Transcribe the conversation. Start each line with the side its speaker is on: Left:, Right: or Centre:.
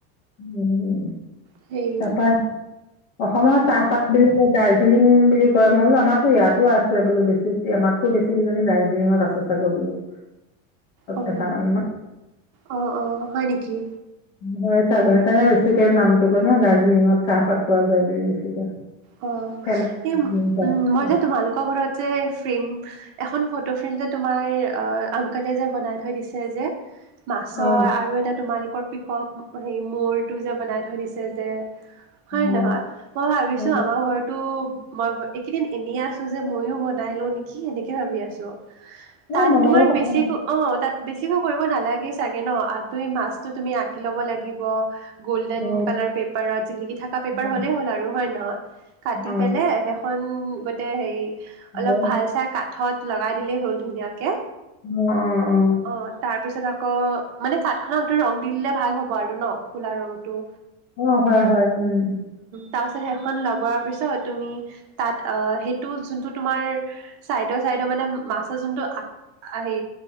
Left: উম,
Right: সেই
Left: তাৰপা অসমৰ চাহপাত বুলি দাৰ্জিলিং বুলি কয় মই বোলো আমাৰতো ইয়াতো আছে বোলো বেছি আমাতকো বেছি কিইজানি দাৰ্জিলিংত আছে চাগে বোলো
Right: অহ
Left: এটা মানে
Right: অহ অহ হয় নেকি
Left: হয় ছাগৈ সেইকাৰণে বেছিকে নামটো কয় ন দাৰ্জিলিংত চাহপাত পোৱা যায় বুলি বেছিকে
Right: অ
Left: ফেমাচ
Right: এই
Left: দাৰ্জিলিং
Right: উ
Left: চাহপাতটো।
Right: মই যে তোমালোকৰ ঘৰত যে ফ্ৰেম এখন ফটো ফ্ৰেম যে তোমাৰ আংকলে যে বনাই থৈ দিছে যে মাছৰ
Left: অ
Right: আৰু এটা তোমাৰ ওখ পিকক হে ময়ূৰটো যে বনাই থৈ দিছে যে হয়
Left: অ
Right: নহয় মই ভাবিছো
Left: অ
Right: আমাৰ ঘৰতো মই এইকেইদিন এনেই আছো যে মইয়ো বনাই লও নেকি সেনেকে ভাবি আছো তাত
Left: অ বনাব
Right: তোমাৰ
Left: পাৰা
Right: বেছি অ তাত বেছিকৈ কৰিব নালাগেই চাগে ন তুমি মাছতো তুমি আঁকি লব লাগে লাগিব গ'ল্ডেন
Left: অ
Right: কালাৰ পেপাৰত জিলিকি থকা পেপাৰ
Left: অ
Right: হ'লেই হ'ল আৰু হয় নহয় কাটি
Left: অ
Right: পেলাই শেষত উ হেৰি অলপ
Left: অ
Right: ভাল চাই কাঠত লগাই দিলেই হ'ল ধুনীয়াকে
Left: উম উ উ
Right: অ তাৰপিছত আকৌ মানে কাঠখনত আকৌ ৰং দি দিলে ভাল হ'ব আৰু ন কলা ৰংটো
Left: অ হয় হয় উম
Right: তাচত সে খন লগোৱাৰ পিছত তুমি তাত অ সেইটো যোনটো তোমাৰ চাইডৰ চাইডৰ মানে মাছৰ যোনটো হে